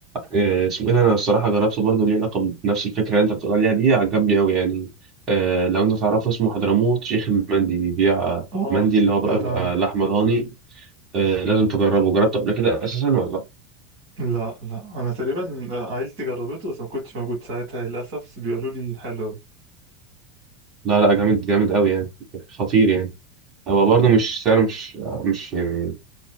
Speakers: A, on the right (about 40°); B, on the right (about 60°).
A: آه، اسمه ايه ده انا الصراحه جربته برضه ليه علاقه بنفس الفكره اللي انت بتقول عليها دي عجبني قوي يعني آه، لو انت تعرفه اسمه حضرموت شيخ المندي بيبيع
B: اه
A: مندي اللي هو بقى
B: سمعت
A: بيبقى
B: عنه
A: لحمه ضاني آه، لازم تجربه جربته قبل كده اساسا ولا لا
B: لا لا انا تقريبا عيلتي جربته بس ما كنتش موجود ساعتها للاسف بس بيقولوا لي حلو أوي.
A: لا لا جامد جامد قوي يعني خطير يعني هو برضه مش سعر مش مش يعني